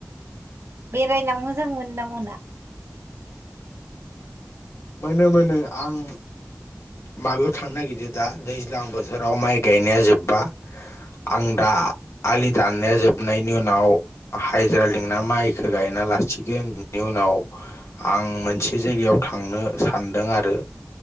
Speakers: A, on the right; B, on the left.
A: बेरायना मोजां मोनो ना मो मोना।
B: मोनो मोनो आं माबायाव थांनो नागिरदो दा दै दैज्लां बोथोराव माइ गायनाया जोब्बा आं दा आलि दाननाया जोबनायनि उनाव हाजिरा लिंना माइखौ गायना लासिगोन बिनि उनाव आं मोनसे जायगायाव थां थांनो सान्दों आरो